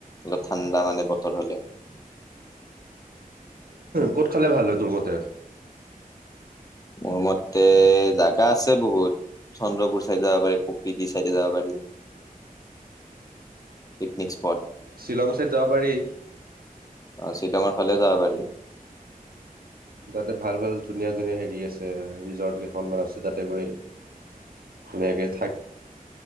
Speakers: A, on the left; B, on the right.
A: অলপ ঠাণ্ডা মানে বতৰ হলে <unintelligible>
B: ক'ত খালে ভাল হয় তোৰ মতে
A: মোৰ মতে জাগা আছে বহুত চন্দ্ৰপুৰ চাইডে যাবা পাৰি কপিলি চাইডে যাবা পাৰি <unintelligible> পিকনিক স্পট
B: শ্বিলং চাইদ যাব পাৰি
A: আহ শ্ৰীডঙৰ ফালে যাব পাৰি <unintelligible>
B: তাতে ভাল ভাল ধুনীয়া ধুনীয়া হেৰি আছে ৰিজৰ্ট কেইখনমান আছে তাতে গৈ <unintelligible> এনেকে থাকে